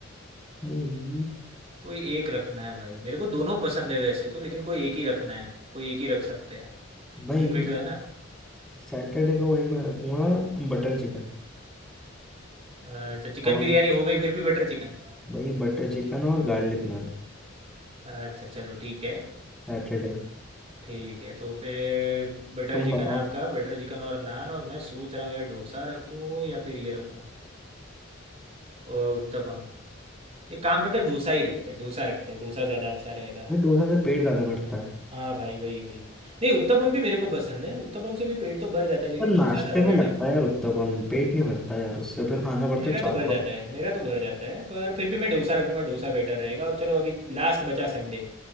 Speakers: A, in the centre; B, on the right (about 30°).
A: भाई
B: कोई एक रखना है भाई मेरे को दोनों पसंद है वैसे तो लेकिन कोई एक ही रखना है कोई एक ही रख सकते हैं
A: भाई
B: लिमिट तो है ना
A: सैटरडे को भाई मैं रखूंगा बटर चिकन
B: अच्छा चिकन
A: और
B: बिरयानी हो गई फिर भी बटर चिकन
A: भाई बटर चिकन और गार्लिक नान
B: अच्छा चलो ठीक है
A: सैटरडे
B: ठीक है तो फिर बटर
A: तुम
B: चिकन
A: बताओ
B: आपका बटर चिकन और नान और मैं सोच रहा हूँ यार डोसा रखूँ या फिर ये रखूँ और उत्तपम एक काम करते हैं डोसा ही रखते हैं डोसा रखते हैं डोसा ज़्यादा अच्छा रहेगा
A: भाई डोसा से पेट ज्यादा भरता है
B: हाँ भाई वही वही नहीं उत्तपम भी मेरे को पसंद है उत्तपम से भी पेट तो भर जाता है लेकिन
A: पर नाश्ते
B: डोसा ज़्यादा
A: में
B: बेटर
A: लगता है यार उत्तपम पेट नहीं भरता यार उससे फिर खाना पड़ता
B: मेरा
A: है चार
B: तो भर जाता
A: बार
B: है मेरा तो भर जाता है पर फिर भी मैं डोसा रखूंगा डोसा बेटर रहेगा और चलो अभी लास्ट बचा संडे